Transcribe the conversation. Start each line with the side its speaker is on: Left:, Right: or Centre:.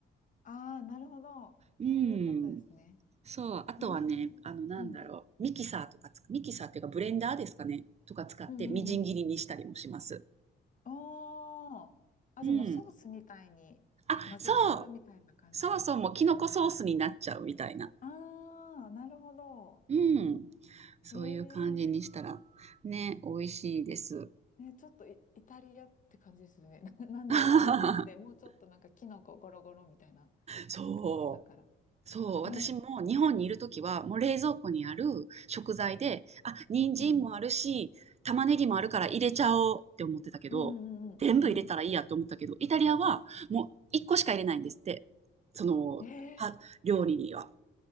Left: ああ、なるほど。
Right: うん。
Left: そういうことですね。
Right: そう。あとはね、
Left: うん、
Right: あの、なんだろう。
Left: うん、
Right: ミキサーとかつ、ミキサーっていうかブレンダーですかね。とか使ってみじん切りにしたりもします。
Left: うん、うん。おー。あ、
Right: うん。
Left: じゃあもうソースみたいに混ぜちゃうみたいな感じかな。
Right: あ、そう。そうそうもうキノコソースになっちゃうみたいな。
Left: ああ、なるほど。
Right: うん。そういう感じにしたら、
Left: ええ
Right: ね、美味しいです。
Left: ね、ちょっとイ、イタリアって感じですね。<laughs> な、なんだろう、
Right: <laughs>
Left: なんか日本ってもうちょっとなんかキノコゴロゴロみたいな
Right: そ
Left: 感じだから。
Right: う。そう。私も日本にいるときは、
Left: ね。
Right: もう冷蔵庫にある食材で、
Left: うん。
Right: あ、人参もあるし、
Left: うんうん。
Right: 玉ねぎもあるから入れちゃおうって思ってたけど、
Left: うんうんうんう
Right: 全部入れたらいいやって思ったけど、イタリアはもう1個しか入れないんですって。その、
Left: ん。えー
Right: は、料理には。